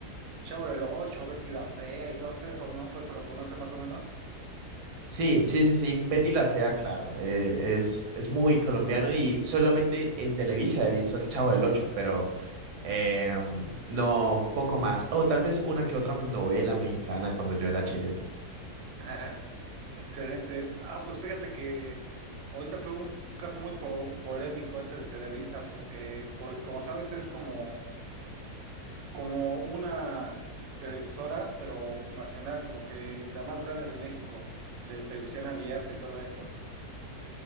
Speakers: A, on the right; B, on the right.
A: Chavo del ocho Betty la Fea y todos esos, ¿no? Pues eso lo conoce más o menos.
B: Sí, sí, sí, sí. Betty la Fea, claro. eh, es, es muy colombiano y solamente en Televisa he visto El Chavo del Ocho, pero eh, no, poco más. O tal vez una que otra novela mexicana cuando yo era chiquito.
A: <laughs> Excelente. Ah, pues fíjate que ahorita fue un caso muy po- polémico ese de Televisa, porque, pues, como sabes, es como. como una televisora, pero nacional, como que la más grande de México, de televisión abierta y todo esto.